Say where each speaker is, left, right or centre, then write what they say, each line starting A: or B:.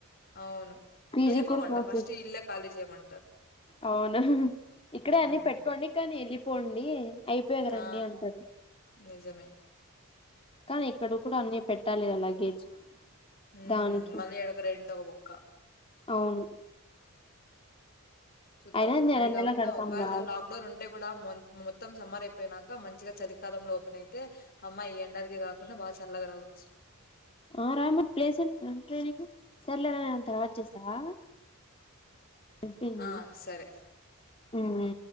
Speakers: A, on the left; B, on the left.
A: అవును
B: పీజీ
A: వెళ్ళిపోమంటారు
B: కూడా క్లోజ్
A: ఫస్ట్
B: చేస్త
A: ఇల్లే ఖాళీ చేయ్ మన్
B: అవును ఇక్కడే
A: హ్మ్
B: అన్ని పెట్టుకోండి కానీ వెళ్ళిపోండి అయిపోయింది
A: ఆ
B: రండి అంటారు
A: నిజమే
B: కానీ ఇక్కడ కూడా అన్ని పెట్టాలి లగేజ్
A: ఉ
B: దానికి
A: మళ్ళీ ఆడొక రెండు ఒక బొక్క
B: అవును
A: చూద్దాం
B: అయినా నెల
A: అది కాకుండా
B: నెల కడతాం
A: ఒకవేళ
B: రా
A: లాక్డౌన్ ఉంటే కూడా మొత్తం సమ్మార్ అయిపోయినాక మన్ మంచిగా చలికాలంలో ఓపెన్ అయితే హ్మ్మ్ ఈ ఎండలకి కాకుండా బాగా చల్లగా రావచ్చు
B: ఆ రామ్ ప్లేస్ సన్ ట్రైనింగ్ సరేలే రా నేను తరువాత చేస్తా అయిపోయింది
A: ఆ సరే
B: ఉ ఉ